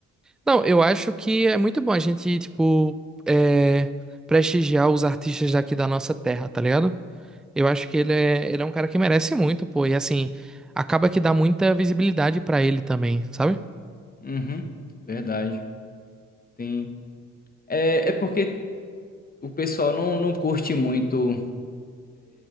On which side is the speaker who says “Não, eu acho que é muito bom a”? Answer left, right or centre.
Centre